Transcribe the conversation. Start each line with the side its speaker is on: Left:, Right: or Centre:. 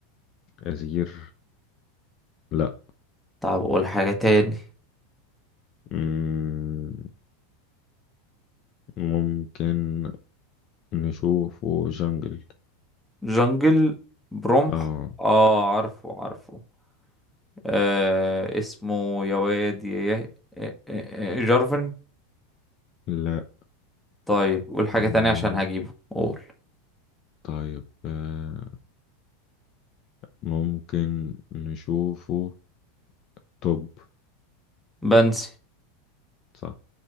Left: أزير لا
Centre: طب قول حاجة تاني
Left: مم، ممكن نشوفه جنجل
Centre: جنجل برمح
Left: اه
Centre: اه عارفه عارفه آه اسمه يا واد يا يا- آه، آه، آه، جارفن
Left: لا
Centre: طيب قول حاجة
Left: مم
Centre: تانية عشان هجيبه قول
Left: طيب آه ممكن نشوفه توب
Centre: بنسي
Left: صح